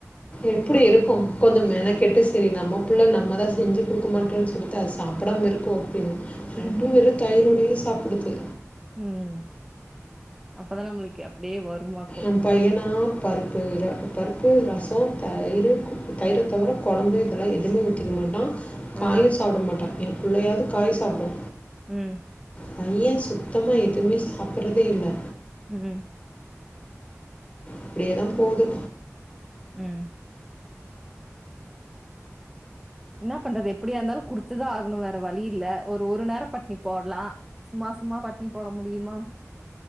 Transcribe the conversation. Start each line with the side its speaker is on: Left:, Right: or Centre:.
Left: எ அப்படி இருக்கும் கொஞ்சம் மெனக்கெட்டு சரி நம்ம பிள்ள நம்மதா செஞ்சு குடுக்கமாட்றோன்னு சொல்லித்தா அது சாப்படாம இருக்கோ அப்டி
Centre: ம்.
Left: ரெண்டும் பேரும் தயிரோடயே சாப்பிடுது
Centre: ம். அப்பதான் நம்மளுக்கு அப்படியே வருமாக்கும்
Left: எ பையனா பருப்பு பருப்பு ரசம் தயிர் தயிர தவிர குழம்பு இதெல்லாம் எதுவுமே செய்ய மாட்டான் காயும்
Centre: ஆ.
Left: சாப்பிட மாட்டா பிள்ளையாது காய் சாப்டு
Centre: உம்
Left: பையன் சுத்தமாக எதுவுமே சாப்பிட்றதே இல்லை
Centre: உம்
Left: இப்டியேதா போகுது
Centre: உம் என்ன பண்றது எப்படியா இருந்தாலு குடுத்துதா ஆகணு வேற வழி இல்ல ஒரு ஒரு நேரோ பட்னி போடலா சும்மா சும்மா பட்னி போட முடியுமா